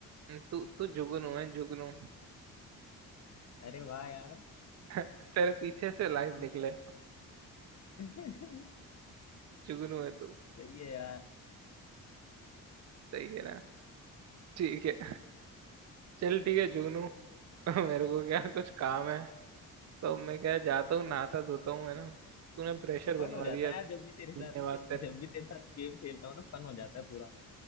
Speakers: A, on the right (about 45°); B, on the left (about 45°).
A: तू तू जुगनू है जुगनू
B: अरे वाह यार
A: <laughs> तेरे पीछे से लाइट
B: ये
A: निकले
B: <laughs>
A: जुगनू है तू
B: सही है यार
A: सही है ना ठीक है चल ठीक है जुगनू <laughs> मेरे को क्या कुछ काम है तो मैं क्या जाता हूँ नहाता धोता हूँ है ना तूने प्रेशर
B: फन
A: बनवा
B: हो जाता
A: दिया
B: है यार जब भी तेरे
A: धन्यवाद
B: साथ
A: तेरे
B: जब भी तेरे साथ गेम खेलता हूँ ना फन हो जाता है पूरा